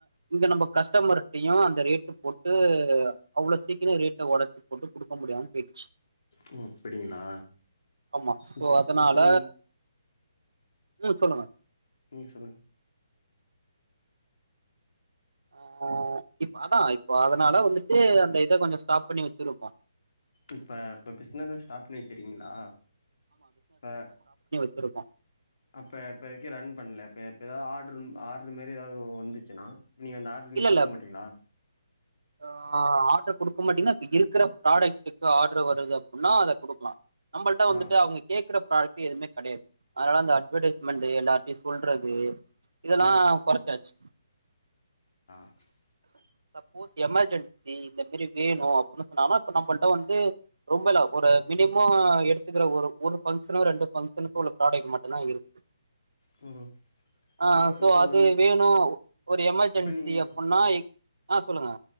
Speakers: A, on the right; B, on the left.
A: இங்க நம்ம கஸ்டமர்டையு அந்த ரேட்டு போட்டு இதுஆ அவ்வளவு சீக்கிர ரேட்டை உடச்சி போட்டு குடுக்க முடியாம போயிடுச்சு
B: ஓ அப்டிங்களா
A: ஆமா சோ
B: இப்போ
A: அதனால
B: இப்போ
A: உம் சொல்லுங்க
B: நீங்க சொல்லுங்க
A: ஆஹ இப்ப அதனால இப்போ அதனால வந்துச்சு அந்த இதை கொஞ்ச ஸ்டாப் பண்ணி வச்சிருக்கோ
B: இப்ப இப்ப பிசனஸ் ஸ்டாப் பண்ணி வச்சறீங்களா இப்ப
A: வச்சிருக்கேம்
B: அப்ப இப்ப வரைக்கு ரன் பண்ணலப இப்போ எதாவது ஆர்டரு ஆர்ரு மாரி ஏதாவது வந்துச்சுன்னா நீங்க அந்த ஆர்டரு நீங்க
A: இல்ல
B: குடுக்க
A: இல்ல
B: மாட்டீங்களா
A: ஆஹ ஆர்டு கொடுப் இரு மாட்டீங்கன்னா இப்ப இருக்கிற ப்ராடக்டுக்கு ஆர்டரு வருதுனா அப்பிடின்னா அத குடுக்கலா நம்மளிட்ட வந்துட்டு
B: ஆ
A: அவுங்க கேக்குறப் பாக்கி எதுவுமே கிடையாது அதனால அந்த அட்வர்டைஸ்மெண்ட் எல்லாருட்டையு சொல்றது இது இதெல்லா
B: ம்
A: குறச்சாச்சு
B: <inaudible>
A: சப்போஸ் எமர்ஜென்சி இந்த மாரி வேணு அப்பிடின்னு சொன்னா இப்ப நம்மளட வந்து ரொம்பல ஒரு மினிமோ எடுத்துக்கற ஒரு ஒரு பங்க்ஷனு ரெண்டு பங்க்ஷனுக்கு உள்ள ப்ராடக்ட் மட்டும்தா இருக்கு
B: ஓ
A: ஆஹ
B: இப்போ
A: சோ
B: இப்போ
A: அது
B: வந்து
A: வேணும் ஒரு எமர்ஜென்சி
B: இப்ப நீங்க
A: சி எப் ன்னா ஆஹ சொல்லுங்க